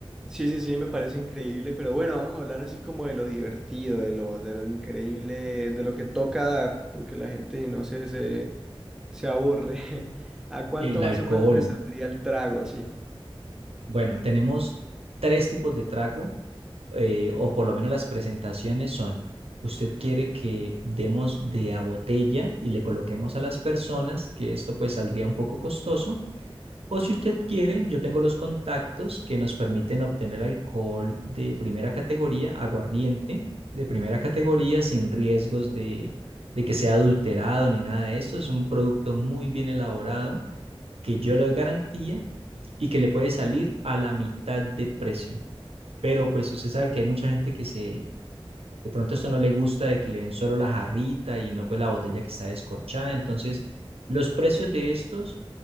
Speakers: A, in the centre; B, on the right (about 85°).
A: Sí, sí, sí, me parece increíble, pero bueno, vamos a hablar así como de lo divertido, de lo, de lo increíble, de lo que toca dar, porque la gente, no sé, se, se aburre. <laughs> ¿A cuánto
B: El
A: más
B: alcohol.
A: o menos me saldría el trago así?
B: Bueno, tenemos tres tipos de trago, eh, o por lo menos las presentaciones son, usted quiere que demos de a botella y le coloquemos a las personas, que esto pues saldría un poco costoso, o si usted quiere, yo tengo los contactos que nos permiten obtener alcohol de primera categoría, aguardiente de primera categoría, sin riesgos de, de que sea adulterado ni nada de eso, es un producto muy bien elaborado que yo le doy garantía y que le puede salir a la mitad de precio. Pero pues usted sabe que hay mucha gente que se, de pronto esto no le gusta de que le den solo la jarrita y no pues la botella que está descorchada. Entonces, los precios de estos,